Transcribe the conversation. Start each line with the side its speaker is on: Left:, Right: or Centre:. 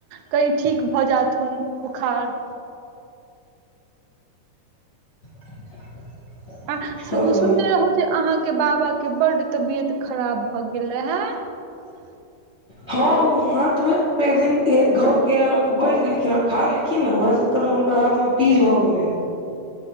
Right: कही ठीक भऽ जाथुन बुखार
Left: <inaudible>
Right: आ
Left: करबै
Right: सुनने रहौ जे अहाँकेँ बाबा केँ बड्ड तबियत खराब भऽ गेल रहै <inaudible>
Left: हँ ओ हाथ मे एकदिन एक घौर केला लके बैठ गेलखिन आ खा लेलखिन नऽ उहै सँ एखनो हुनकर हाथ मे पीज भऽ गेलै हन